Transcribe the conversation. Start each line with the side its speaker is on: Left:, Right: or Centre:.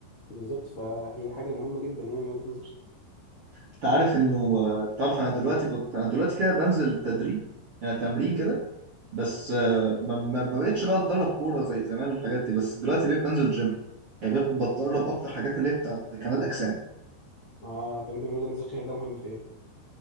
Left: بالظبط فهي حاجة مهمة جدا يعني من وجهة نظري
Right: انت عارف انه آه، تعرف انا دلوقتي بت... انا دلوقتي كده بنزل تدريب يعني تمرين كده بس آه، ما, ما ما بقتش بقى اتدرب كورة زي زمان والحاجات دي بس دلوقتي بقيت بنزل جيم يعني بقيت بتدرب اكتر حاجات اللي هي بتاعت كمال اجسام
Left: اه طب انت من وجهة نظرك شايف ده مهم في ايه؟